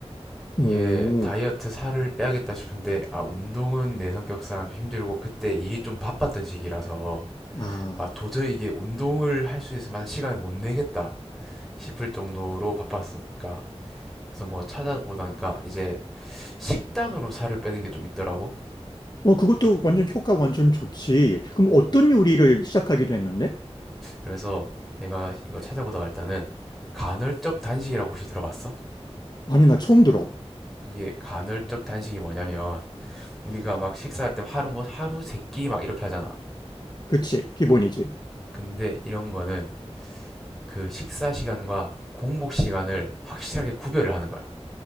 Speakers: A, in the centre; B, on the left.
A: 이게
B: 오,
A: 다이어트 살을 빼야겠다 싶은데 아, 운동은 내 성격상 좀 힘들고 그때 일이 좀 바빴던 시기라서
B: 아.
A: 아, 도저히 이게 운동을 할 수 있을 만한 시간을 못 내겠다 싶을 정도로 바빴으니까 그래서 뭐 찾아보다니까 이제 식단으로 살을 빼는 게 좀 있더라고.
B: 어, 그것도 완전 효과 완전 좋지. 그럼 어떤 요리를 시작하게 됐는데?
A: 그래서 내가 이거 찾아보다가 일단은 간헐적 단식이라고 혹시 들어봤어?
B: 아니, 나 처음 들어.
A: 이게 간헐적 단식이 뭐냐면 우리가 막 식사할 때 하루 뭐 하루 세끼 막 이렇게 하잖아.
B: 그치, 기본이지.
A: 근데 이런 거는 그 식사 시간과 공복 시간을 확실하게 구별을 하는 거야.